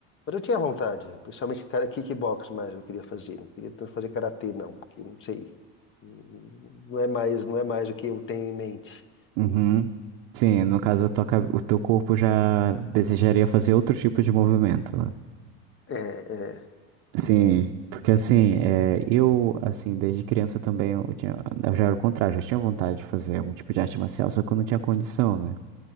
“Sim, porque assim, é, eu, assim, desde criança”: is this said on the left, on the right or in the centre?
Right